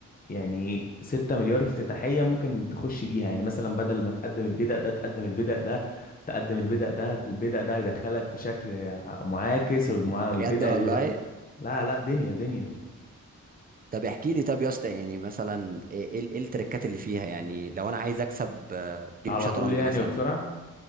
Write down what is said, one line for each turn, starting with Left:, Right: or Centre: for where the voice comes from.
Left: يعني 6 مليار افتتاحية ممكن تخش بيها يعني مثلا بدل ما تقدم البدأ ده تقدم البدأ ده تقدم البدأ ده البدأ ده هيدخلك في شكل معاكس والمع... والبدأ
Right: بجد والله
Left: اللي بقى لا لا دنيا دنيا
Right: طب احكي لي طب يا اسطى يعني مثلا ايه ايه إيه التريكات اللي فيها يعني لو انا عايز اكسب آه، جيم
Left: على
Right: شطرنج
Left: طول يعني
Right: مثلا
Left: وبسرعة